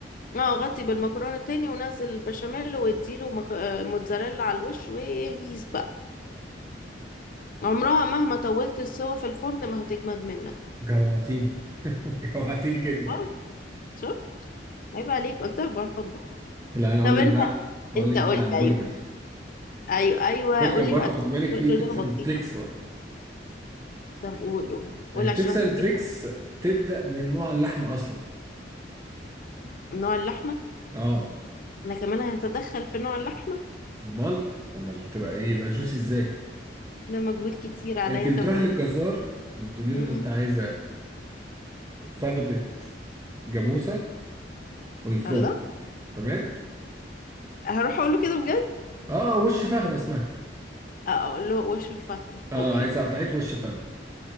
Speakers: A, on the left; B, on the right.
A: اه غطي بالمكرونة تاني ونزل البشاميل واديله مك... آه، موتزاريلا على الوش وهيس بقى عمرها مهما طولت السوا في الفرن ما هتجمد منك
B: جوعتيني <laughs> جوعتيني جدا
A: اه شوف عيب عليك قلت لك بعرف اطبخ
B: لا انا اقول
A: طب انت
B: لك بقى اقول
A: انت
B: لك بقى
A: قلت
B: على البرجر
A: ايوه ايوه ايوه
B: البرجر
A: قول
B: برضه
A: لي بقى
B: خد بالك فيه
A: البرجر
B: تيبس
A: ده انا
B: اند
A: بطيخه
B: تريكس بقى
A: طب قول قول قول عشان
B: تيبس
A: بطيخه
B: اند تريكس تبدا من نوع اللحمه اصلا
A: نوع اللحمه
B: اه
A: انا كمان هتدخل في نوع اللحمه
B: امال امال تبقى ايه يبقى جوسي ازاي
A: ده مجهود كتير عليا
B: انت بتروح
A: طب
B: للجزار بتقولي
A: امم
B: له انت عايزه فخده جاموسه ويفرمها
A: الله
B: تمام
A: هروح اقول له كده بجد
B: اه وش فخده اسمها
A: اه اقول له وش فخده
B: اه
A: اوكي
B: عايزه قطعيه وش فخده